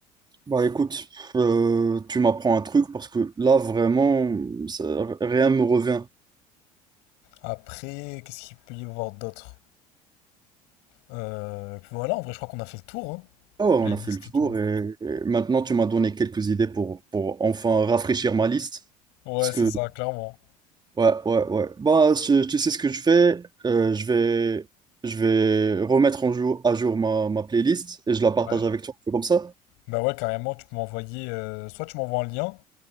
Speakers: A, on the right (about 20°); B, on the left (about 60°).
A: Bah écoute, euh, tu m'apprends un truc parce que là vraiment, ça- rien me revient.
B: Après, qu'est-ce qu'il peut y avoir d'autre? Euh, puis voilà, en vrai, je crois qu'on a fait le tour, hein.
A: Oh, on
B: La
A: a
B: liste
A: fait le tour
B: et tout.
A: et, et maintenant tu m'as donné quelques idées pour, pour enfin rafraîchir ma liste.
B: Ouais,
A: Parce
B: c'est
A: que
B: ça, clairement.
A: Ouais, ouais, ouais. Bah, je- tu sais ce que je fais? Euh, je vais, je vais remettre en jour, à jour ma, ma playlist et je la partage
B: Ouais.
A: avec toi. On fait comme ça?
B: Bah ouais, carrément, tu peux m'envoyer. euh, soit tu m'envoies un lien,